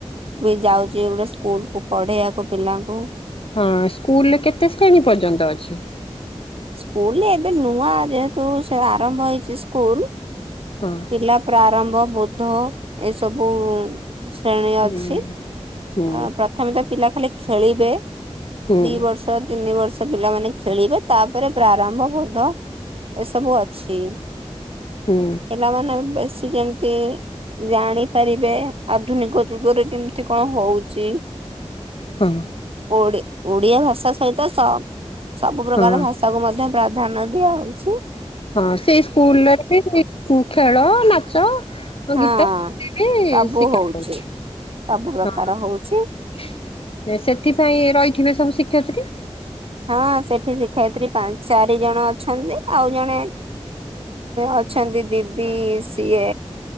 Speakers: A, on the right; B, on the left.
A: ବି ଯାଉଚି ଏଇ ଗୁଡା ସ୍କୁଲକୁ ପଢେଇବାକୁ ପିଲାଙ୍କୁ।
B: ହଁ ସ୍କୁଲରେ କେତେ ଶ୍ରେଣୀ ପର୍ଯ୍ୟନ୍ତ ଅଛି?
A: ସ୍କୁଲରେ ଏବେ ନୂଆ ଯେହେତୁ ସେ ଆରମ୍ଭ ହେଇଚି ସ୍କୁଲ
B: ହଁ
A: ପିଲା ପ୍ରାରମ୍ଭ ବୌ ଧ ଏସବୁ ଶ୍ରେଣୀ ଅଛି।
B: ହୁଁ
A: ଅ
B: ହୁଁ
A: ପ୍ରଥମେ ତ ପିଲା ଖାଲି ଖେଳିବେ
B: ହୁଁ
A: ଦି ବର୍ଷ ତିନି ବର୍ଷ ସେ ପିଲାମାନେ ଖେଳିବେ ତାପରେ ପ୍ରାରମ୍ଭ ବୋଧ ଏସବୁ ଅଛି।
B: ହୁଁ
A: ପିଲା ମନେ ବେସି ଯେମତି ଜାଣିପାରିବେ ଆଧୁନିକ ଯୁଗରେ କେମିତି କଣ ହଉଛି?
B: ହଁ।
A: ଓ ଓଡିଆ ଭାଷା ସହିତ ତ ସବୁ ପ୍ରକାର
B: ହଁ
A: ଭାଷା କୁ ମଧ୍ୟ ପ୍ରା ଧାନ ଦିଆ ହଉଛି।
B: ହଁ ସେଇ ସ୍କୁଲରେ ବି ଖେଳ ନାଚ
A: ହଁ
B: ଗୀତ ବି
A: ସବୁ
B: ଶିଖାହଉଛି।
A: ହଉଛି ସବୁ ପ୍ରକାର
B: ହଁ
A: ହଉଛି।
B: ସେଥିପାଇଁ ରହି ଦେଖିବେ ସବୁ ଶିକ୍ଷୟତ୍ରୀ।
A: ହଁ ସେଠି ଶିକ୍ଷୟତ୍ରୀ ଚାରି ଜଣ ଅଛନ୍ତି ଆଉ ଜଣେ ଅଛନ୍ତି ଦିଦି ସିଏ